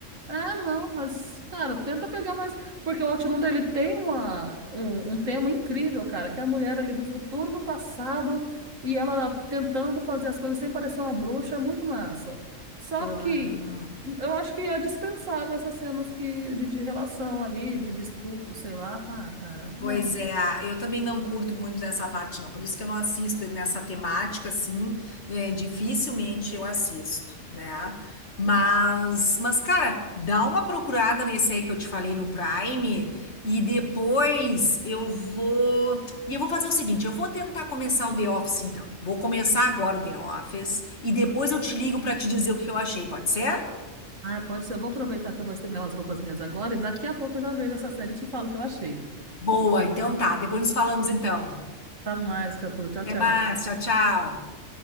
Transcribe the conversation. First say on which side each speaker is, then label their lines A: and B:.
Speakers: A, on the right; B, on the left.
A: Ah, não, mas, cara, tenta pegar mais. Porque o Outlander, ele tem uma, um, um tema incrível, cara, que é a mulher ali do futuro no passado e ela tentando fazer as coisas sem parecer uma bruxa, é muito massa. Só
B: <laughs> Pô.
A: que eu acho que é dispensável essas cenas que, de, de relação ali, de, de estupro, sei lá. Ah, cara,
B: Pois
A: não.
B: é, eu também não curto muito dessa parte, não. Por isso que eu não assisto nessa temática, assim, é, dificilmente eu assisto, né? Mas, mas, cara, dá uma procurada nesse aí que eu te falei no Prime e depois eu vou. E eu vou fazer o seguinte: eu vou tentar começar o The Office, então. Vou começar agora o The Office e depois eu te ligo pra te dizer o que eu achei, pode ser?
A: Ah, pode ser. Eu vou aproveitar que eu vou estender umas roupas minhas agora e daqui a pouco eu já vejo essa série e te falo o que eu achei.
B: Boa, então tá. Depois nos falamos, então.
A: Tá mais, Catu. Tchau,
B: Até
A: tchau.
B: mais, tchau, tchau.